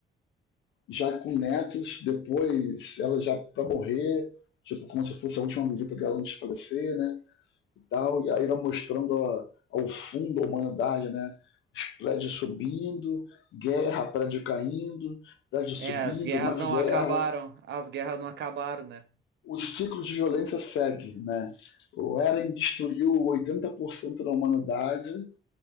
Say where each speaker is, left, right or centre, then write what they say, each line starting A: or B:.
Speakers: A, on the left; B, on the right.
A: já com netos, depois ela já para morrer, tipo, como se fosse a última visita dela antes de falecer, né? E, tal, e aí vai mostrando a, ao fundo a humanidade, né? Os prédios subindo, guerra, prédio caindo, prédio subindo,
B: É, as guerras
A: mais
B: não
A: guerra,
B: acabaram.
A: né?
B: As guerras não acabaram, né?
A: o ciclo de violência segue, né? O Eren destruiu 80% da humanidade